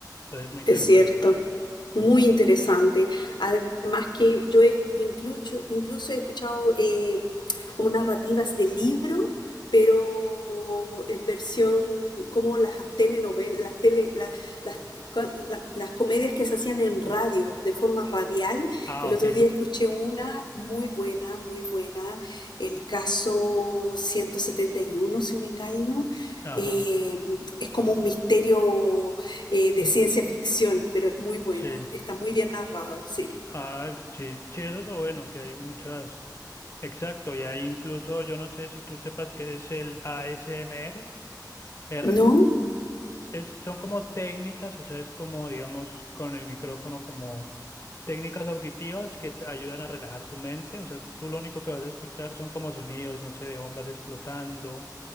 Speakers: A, on the left; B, on the left.
A: Entonces es muy interesante.
B: Es cierto, muy interesante. Además que yo he incluso, incluso he escuchado eh, como narrativas de libro, pero en versión como las telenovelas, las, tele, la- las, cua- la- las comedias que se hacían en radio, de forma radial.
A: Ah,
B: El
A: ok.
B: otro día escuché una muy buena, muy buena, el caso 171, si no me engaño.
A: Ajá.
B: Eh, es como un misterio eh, de ciencia ficción, pero es muy bueno,
A: Sí.
B: está muy bien narrado, sí.
A: Ah, sí. Sí, eso es lo bueno, que hay muchas. Exacto, y hay incluso, yo no sé si tú sepas qué es el ASMR, R. R.
B: ¿No?
A: es- son como técnicas, o sea, es como, digamos, con el micrófono, como técnicas auditivas que te ayudan a relajar tu mente. O sea, tú, tú lo único que vas a escuchar son como sonidos, no sé, de bombas explotando,